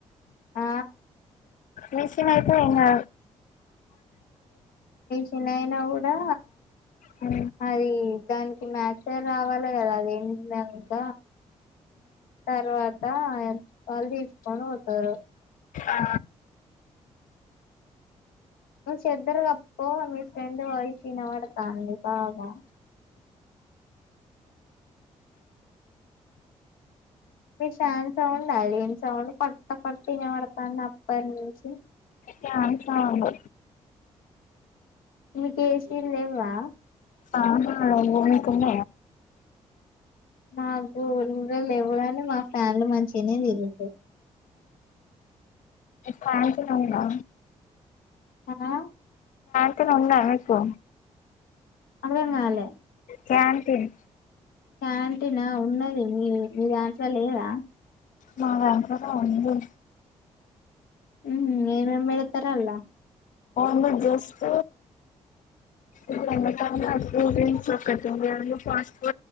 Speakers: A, on the left; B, on the left.
A: ఆ
B: మషన్ అయితే ఎనా
A: వయనా కూడా
B: ఉ
A: అది దానికి మ్యాచ రావాలి కదా అదేమి లేంత తర్వాత ఎంతళు తీసుకొని పోతారు
B: ఆ
A: ను్ చెద్దరు గప్ప మీ ఫ్రెండ్ వయి చిినబడతాండి బాగా విషాన్ సౌం అలీీన్ సౌం పడుట్ట పడుత ఇ వడతా అప్పంచి
B: చాన్సను
A: మీక ఏసీన్ లేవా
B: ఆ మూకుంద
A: నాకు ఊ లేవడానే మా ఫ్యాన్లు మంచిగానే జిరుగుతంది
B: కాా చ రా
A: ఆ
B: అక్కన ఉన్నా అపో
A: అదంగాాల
B: క్యాంతన్
A: క్యాంటీనా ఉన్నది మీ మీరు ఆన్సర్ లేదా
B: మా బ్యాం ఉ
A: ఉ ఏమేం మళ తరలా
B: న్న జస్త
A: హులు
B: ఎ అ్రూంస్ త అ ఫస్ ఫో